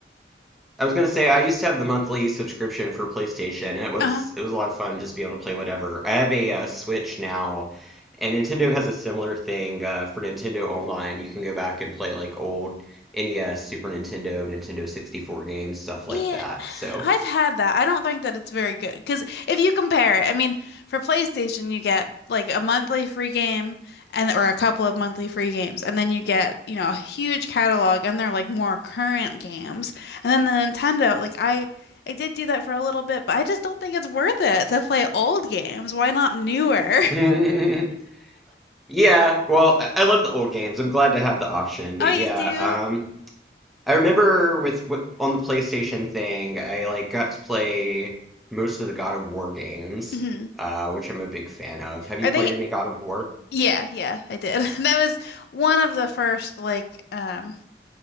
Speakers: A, in the centre; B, on the left.
A: I was gonna say I used to have the monthly subscription for PlayStation, and it was
B: uh-huh.
A: it was a lot of fun just being able to play whatever. I have a uh, Switch now, and Nintendo has a similar thing uh, for Nintendo Online. You can go back and play like old NES, Super Nintendo, Nintendo 64 games, stuff
B: Yeah,
A: like that. So
B: I've had that. I don't think that it's very good because if you compare it, I mean, for PlayStation you get like a monthly free game and or a couple of monthly free games, and then you get, you know, a huge catalog and they're like more current games. And then the Nintendo, like I I did do that for a little bit, but I just don't think it's worth it to play old games. Why not newer? <laughs>
A: <laughs> yeah, well, I I love the old games. I'm glad to have the option, but
B: Oh, you
A: yeah,
B: do?
A: um, I remember with with- on the PlayStation thing, I like got to play most of the God of War games,
B: Mhm.
A: uh, which I'm a big fan of. Have you
B: Are
A: played
B: they?
A: any God of War?
B: Yeah, yeah, I did. <laughs> That was one of the first like um